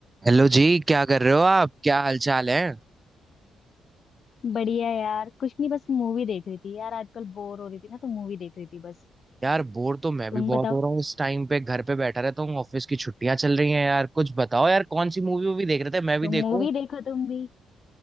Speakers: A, on the right (about 20°); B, on the left (about 55°).
A: Hello ji क्या कर रहे हो आप क्या हालचाल है
B: बढ़िया यार कुछ नहीं बस मूवी देख रही थी यार आजकल बोर हो रही थी ना तो मूवी देख रही थी बस
A: यार बोर तो मैं
B: तुम
A: भी बहुत
B: बताओ
A: हो रहा हूँ इस टाइम पे घर पे बैठा रहता हूँ ऑफिस की छुट्टियां चल रही हैं यार कुछ बताओ यार कौन सी मूवी वूवी देख रहे थे मैं भी
B: तुम
A: देखूं
B: मूवी देखो तुम भी